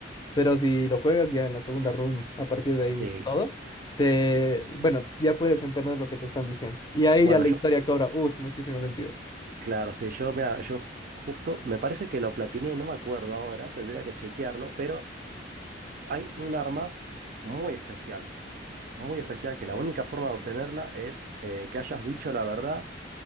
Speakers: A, on the left; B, on the right.
A: pero si lo juegas ya en la segunda run, a partir de ahí
B: Sí.
A: todo, te, bueno, ya puedes entender lo que te están diciendo. Y ahí
B: Bueno,
A: ya la
B: yo,
A: historia cobra, uy, muchísimo sentido.
B: claro, sí, yo, mira, yo ju- justo, me parece que lo platiné, no me acuerdo ahora, tendría que chequearlo, pero hay un arma muy especial. muy especial que la única forma de obtenerla es eh, que hayas dicho la verdad